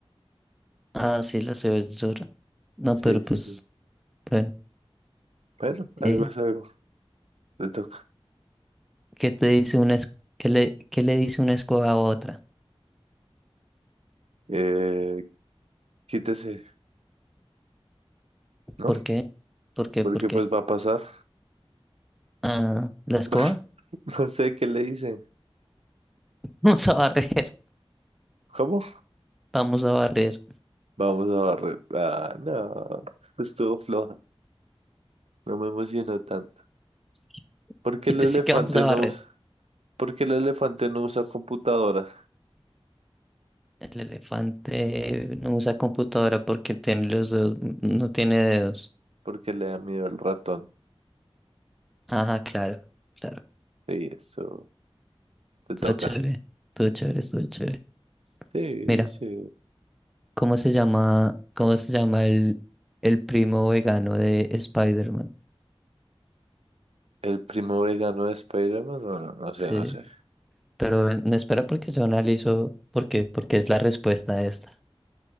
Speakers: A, in the centre; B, on the right.
A: Ah, sí, la cebolla. No,
B: Sí,
A: pero pues,
B: sí, sí.
A: bueno.
B: pero algo
A: eh,
B: es algo, le toca.
A: ¿qué te dice una es- qué le, qué le dice una escoba a otra?
B: Eh, quítese, ¿no?
A: ¿Por qué? ¿Por qué?
B: Porque
A: ¿Por qué?
B: pues va a pasar.
A: Ah, ¿la escoba?
B: <laughs> No sé qué le dicen.
A: <laughs> Vamos a barrer,
B: ¿Cómo?
A: vamos a barrer.
B: Vamos a barrer. Ah, no, pues, estuvo floja, no me emocionó tanto.
A: <laughs>
B: ¿Por qué
A: Y
B: el
A: te
B: elefante
A: sí que vamos a
B: no
A: barrer.
B: usa? ¿Por qué el elefante no usa computadora?
A: El elefante no usa computadora porque tiene los dedos, no tiene dedos.
B: Porque le da miedo el ratón.
A: Ajá, claro, claro.
B: Sí, eso te
A: Todo
B: toca.
A: chévere, todo chévere, todo chévere.
B: Sí,
A: Mira,
B: sí.
A: ¿cómo se llama, cómo se llama el, el primo vegano de Spider-Man?
B: ¿El primo vegano de Spider-Man? No, no, no
A: Sí,
B: sé, no sé.
A: pero ven, no espera porque yo analizo por qué, porque es la respuesta a esta.